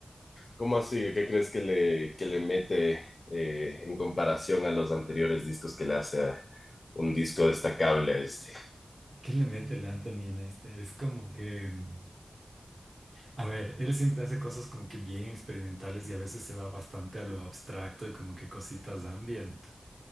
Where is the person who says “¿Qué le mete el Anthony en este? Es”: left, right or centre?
Right